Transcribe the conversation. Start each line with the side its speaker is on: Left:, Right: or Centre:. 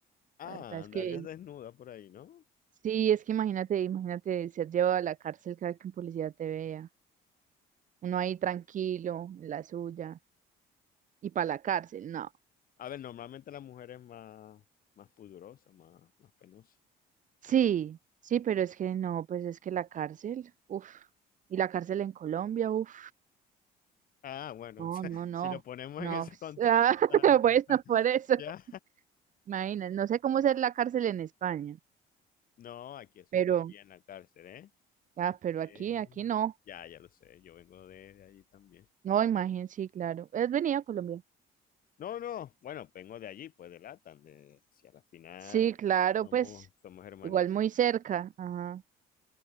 Left: Ah,
Right: La verdad es
Left: andarías
Right: que
Left: desnuda por ahí, ¿no?
Right: Sí, es que imagínate, imagínate ser llevado a la cárcel cada que un policía te vea. Uno ahí tranquilo, en la suya, y para la cárcel, no.
Left: A ver, normalmente la mujer es más, más pudorosa, más, más penosa.
Right: Sí, sí, pero es que no, pues es que la cárcel, uff, y la cárcel en Colombia, uff,
Left: Ah, bueno,
Right: no,
Left: <laughs> o sea,
Right: no, no,
Left: si lo ponemos
Right: no,
Left: en ese contexto.
Right: <laughs> ah,
Left: <laughs>
Right: bueno, por eso,
Left: Ya.
Right: imagínate, no sé cómo ser la cárcel en España,
Left: No, aquí es súper
Right: pero,
Left: bien la cárcel, ¿eh?
Right: ah,
Left: Aquí
Right: pero aquí,
Left: es...
Right: aquí no,
Left: Ya, ya lo sé, yo vengo de, de allí también.
Right: no, imagínate, sí, claro, ¿has venido a Colombia?
Left: No, no, bueno, vengo de allí, pues de Latam, de si a la final
Right: Sí, claro,
Left: somos,
Right: pues,
Left: somos hermanitos.
Right: igual muy cerca, ajá.